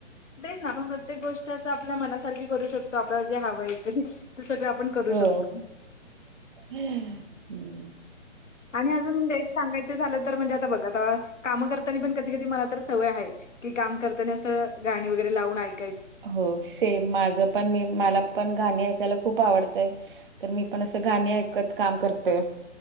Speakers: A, on the left; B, on the right.
A: तेच ना आपण प्रत्येक गोष्ट असं आपल्या मनासारखी करू शकतो आपल्याला जे हवं येतं. ते सगळं आपण करू
B: हो
A: शकतो.
B: हम्म. हम्म.
A: आणि अजून सांगायचं झालं तर म्हणजे आता बघा आता कामं करताना पण कधी कधी मला तर सवय हाय कि काम करताना असं गाणी वगैरे लावून ऐका
B: हो सेम माझ पण मी मला पण गाणी ऐकायला खूप आवडतय तर मी पण असं गाणी ऐकत काम करते.